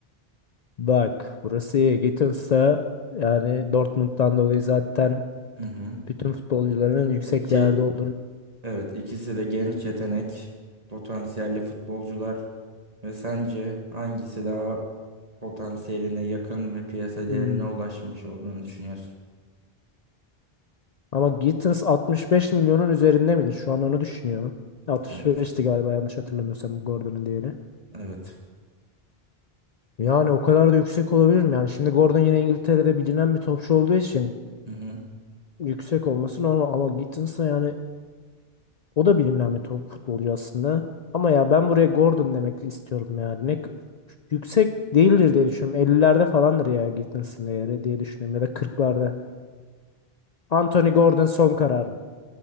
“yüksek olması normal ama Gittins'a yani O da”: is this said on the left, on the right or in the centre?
Left